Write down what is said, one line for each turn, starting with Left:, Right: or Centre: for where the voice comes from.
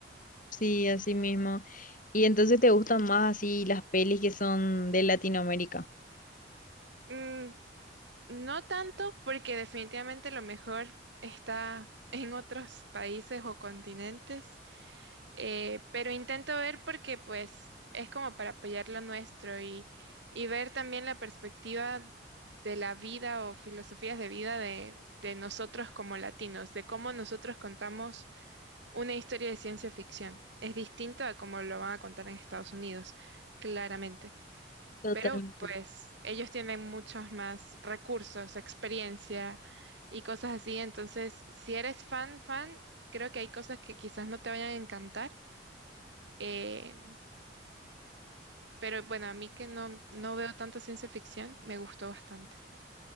Left: Sí, así mismo. Y entonces te gustan más así las pelis que son de Latinoamérica.
Right: Mm, no tanto porque definitivamente lo mejor está en otros países o continentes. eh, pero intento ver porque pues es como para apoyar lo nuestro y, y ver también la perspectiva de la vida o filosofías de vida de, de nosotros como latinos, de cómo nosotros contamos una historia de ciencia ficción. Es distinto a cómo lo van a contar en Estados Unidos, claramente.
Left: Totalmente,
Right: Pero pues ellos tienen muchos más recursos, experiencia y cosas así. Entonces, si eres fan, fan, creo que hay cosas que quizás no te vayan a encantar, eh, pero bueno, a mí que no, no veo tanta ciencia ficción, me gustó bastante.